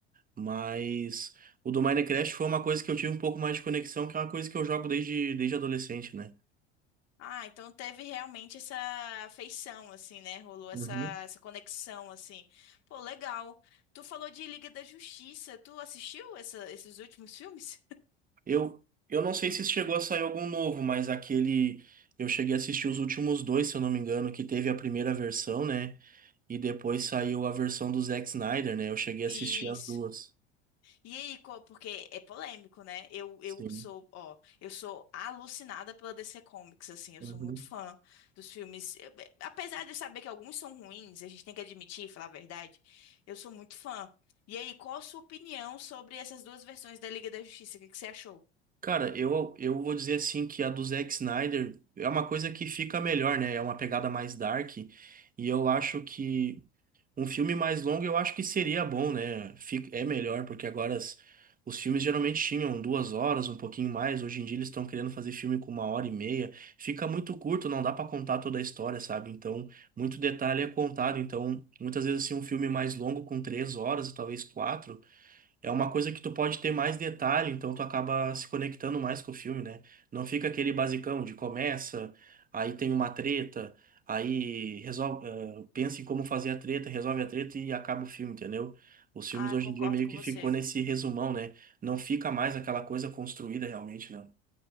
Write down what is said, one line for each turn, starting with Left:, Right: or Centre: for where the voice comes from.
Right: Mas o do Minecraft foi uma coisa que eu tive um pouco mais de conexão, que é uma coisa que eu jogo desde, desde adolescente, né?
Left: Ah, então teve realmente essa afeição, assim, né? Rolou essa,
Right: Uhum.
Left: essa conexão, assim. Pô, legal. Tu falou de Liga da Justiça. Tu assistiu essa- esses últimos filmes?
Right: Eu, eu não sei se chegou a sair algum novo, mas aquele. Eu cheguei a assistir os últimos dois, se eu não me engano, que teve a primeira versão, né? E depois saiu a versão do Zack Snyder, né? Eu cheguei a
Left: Isso.
Right: assistir as duas.
Left: E aí, co- porque é polêmico, né? Eu,
Right: Sim.
Left: eu sou, ó, eu sou alucinada pela DC Comics, assim, eu
Right: Uhum.
Left: sou muito fã dos filmes. Eh, be- Apesar de eu saber que alguns são ruins, a gente tem que admitir, falar a verdade, eu sou muito fã. E aí, qual a sua opinião sobre essas duas versões da Liga da Justiça? O que que você achou?
Right: Cara, eu, eu vou dizer assim que a do Zack Snyder é uma coisa que fica melhor, né? É uma pegada mais dark. E eu acho que um filme mais longo eu acho que seria bom, né? Fica- É melhor, porque agora as- os filmes geralmente tinham duas horas, um pouquinho mais. Hoje em dia eles estão querendo fazer filme com uma hora e meia. Fica muito curto, não dá pra contar toda a história, sabe? Então, muito detalhe é contado. Então, muitas vezes assim, um filme mais longo com três horas, talvez quatro. É uma coisa que tu pode ter mais detalhe, então tu acaba se conectando mais com o filme, né? Não fica aquele basicão de começa, aí tem uma treta, aí resolve, eh, pensa em como fazer a treta, resolve a treta e acaba o filme, entendeu? Os filmes
Left: Ah,
Right: hoje
Left: concordo
Right: em dia meio
Left: com
Right: que
Left: você.
Right: ficou nesse resumão, né? Não fica mais aquela coisa construída realmente, não.